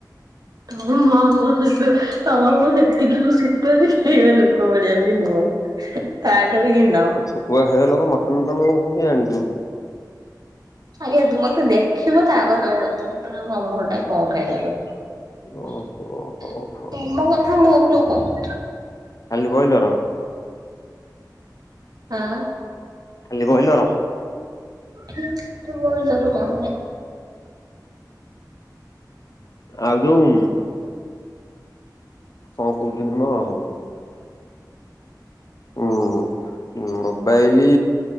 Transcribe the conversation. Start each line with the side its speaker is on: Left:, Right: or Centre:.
Right: ତମ <unintelligible> ତମ ମୁହଁ ସେତିକି ବି ଶୁଖୁଆ ବି ଖାଇବା ଲୋକଭଳିଆ ବି ନୁହଁ। ତାଠୁ ବି ହୀନ।
Left: ଶୁଖୁଆ ଖାଇବା ଲୋକ ମଟନ ତମକୁ କିଏ ଆଣିକି ଦଉଛି?
Right: ଆଗେ ମତେ ଦେଖିବ ତାପରେ କହିବ କଥାବାର୍ତ୍ତା। ଆଉ ମୋ ମୁଁହଟା କଣ ଖାଇବା ଲୋକ,
Left: ଓହୋ ହଉ ହଉ
Right: ତମ କଥା ମୋ ଉପରୁ <inaudible>
Left: ଖାଲି ବଏଲର
Right: ହଁଅଅ
Left: ଖାଲି ବଏଲର
Right: <inaudible> ବଏଲର କଣ ପାଇଁ?
Left: ଆଉ ଯୋଉଁ କଣ କହୁଥିଲି ମ ଆଉ ହୁଁ ମୋବାଇଲ